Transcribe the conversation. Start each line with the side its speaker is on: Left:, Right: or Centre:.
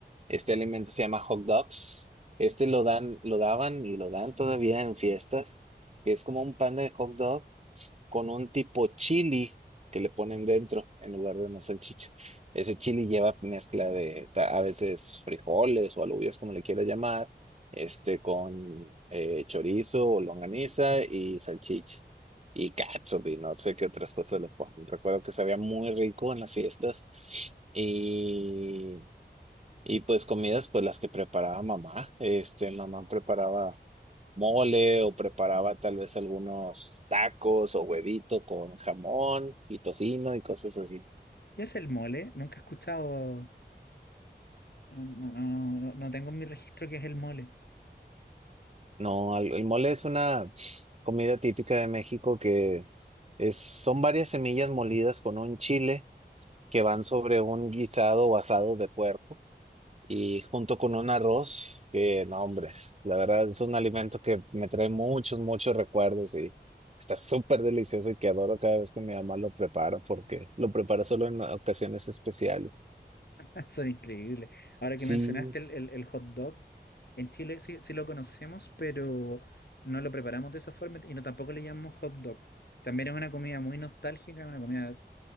Right: este alimento, se llama hot dogs. Este lo dan, lo daban y lo dan todavía en fiestas, que es como un pan de hot dog con un tipo chili que le ponen dentro en lugar de una salchicha. Ese chili lleva mezcla de ta- a veces frijoles o alubias, como le quiera llamar, este con eh, chorizo o longaniza y salchicha. Y catsup y no sé qué otras cosas le ponen. Recuerdo que sabía muy rico en las fiestas. Y y pues comidas, pues las que preparaba mamá. Este, mamá preparaba mole o preparaba tal vez algunos tacos o huevito con jamón y tocino y cosas así.
Left: ¿Qué es el mole? Nunca he escuchado. No, no, no, no, no no tengo en mi registro qué es el mole.
Right: No, al- el, mole es una comida típica de México que es, son varias semillas molidas con un chile que van sobre un guisado o asado de puerco. y junto con un arroz, que no, hombre, la verdad es un alimento que me trae muchos, muchos recuerdos y está súper delicioso y que adoro cada vez que mi mamá lo prepara porque lo prepara solo en ocasiones especiales.
Left: <laughs> Son increíbles. Ahora
Right: Sí,
Left: que mencionaste el, el- el hot dog, en Chile sí, sí lo conocemos, pero no lo preparamos de esa forma y no tampoco le llamamos hot dog. También es una comida muy nostálgica, una comida